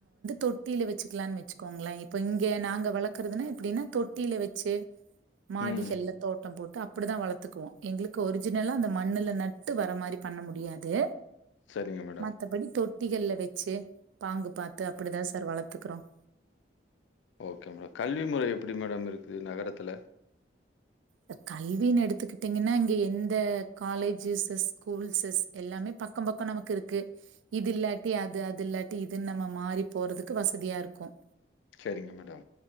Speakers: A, on the right (about 90°); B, on the left (about 85°).
A: தொட்டியில வச்சுக்கலாம்னு வச்சுக்கோங்களேன் இப்ப இங்க நாங்க வளர்க்கறதுன்னா எப்படின்னா தொட்டியில வச்சு மாடிகள்ல
B: ம்
A: தோட்டம் போட்டு அப்படிதான் வளர்த்துக்குவோம் எங்களுக்கு ஒரு ஒரிஜினல்லா அந்த மண்ணுல நட்டு வர மாதிரி பண்ண முடியாது
B: சரிங்க மேடம்
A: மத்தபடி தொட் டிகள்ல வச்சு பாங்கு பாத்து அப்படிதான் சார் வளர்த்துக்குறோம்
B: ஓகேங்க கல்வி முறை எப்டி மேடம் இருக்குது நகரத்துல
A: ப்ப கல்வினு எடுத்துக்கிட்டீங்கன்னா இங்க எந்த காலேஜஸ்ஸஸ் ஸ்கூல்ஸஸ் எல்லாமே பக்கம் பக்கம் நமக்கு இருக்கு இது இல்லாட்டி அது அது இல்லாட்டி இதுன்னு நம்ம மாறி போறதுக்கு வசதியா இருக்கும்
B: சரிங்க மேடம்